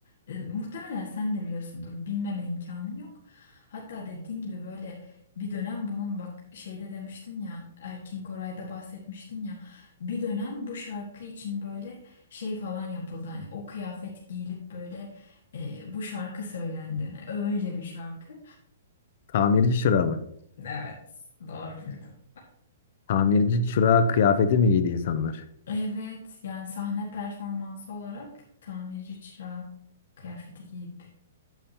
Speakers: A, on the left; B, on the left.
A: E, muhtemelen sen de biliyorsundur. Bilmeme imkanın yok. Hatta dediğin gibi böyle bir dönem bunun bak şeyde demiştin ya Erkin Koray'da bahsetmiştin ya bir dönem bu şarkı için böyle şey falan yapıldı. Hani o kıyafet giyilip böyle e, bu şarkı söylendi. Hani Öyle bir şarkı.
B: Tamirci çırağı mı?
A: Evet, doğru bildin.
B: Tamirci çırağı kıyafeti mi giydi insanlar?
A: Evet yani sahne performansı olarak tamirci çırağı kıyafeti giyip.